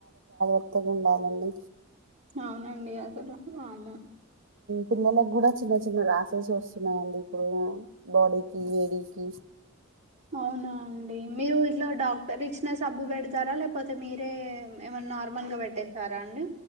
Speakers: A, on the right (about 75°); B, on the right (about 35°).
A: కొత్తగా ఉండాలండి
B: అవునండి అసలు వామ్మో
A: పిల్లలకి కూడా చిన్న చిన్న రాసెస్ వస్తున్నాయండి ఇప్పుడు బాడీకి వేడీకి
B: అవునా అండి మీరు ఇట్లా డాక్టర్ ఇచ్చిన సబ్బు పెడతారా లేకపోతే మీరే ఏమన్నా నార్మల్ గా పెట్టేేస్తారా అండి